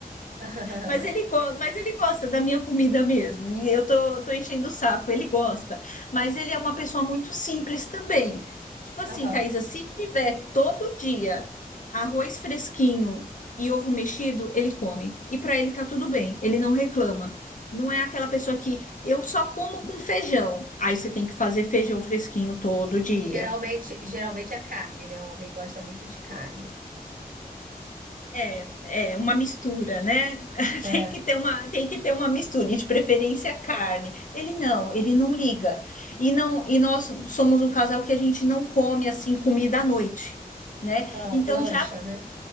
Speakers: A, on the right; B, on the left.
A: <laughs>
B: Mas ele, go- mas ele gosta da minha comida mesmo. E eu tô, tô enchendo o saco, ele gosta. Mas ele é uma pessoa muito simples também. Tipo assim,
A: Aham.
B: Thaisa, se tiver todo dia arroz fresquinho e ovo mexido, ele come. E para ele tá tudo bem, ele não reclama. Não é aquela pessoa que eu só como com feijão. Aí você tem que fazer feijão fresquinho todo dia.
A: E geralmente, geralmente é carne, né? O homem gosta muito de carne.
B: É, é uma mistura, né? <laughs>
A: É.
B: Tem que ter uma, tem que ter uma mistura, e de preferência carne. Ele não, ele não liga. E não, e nós somos um casal que a gente não come assim comida à noite, né?
A: Ah,
B: Então
A: lancha,
B: já,
A: né?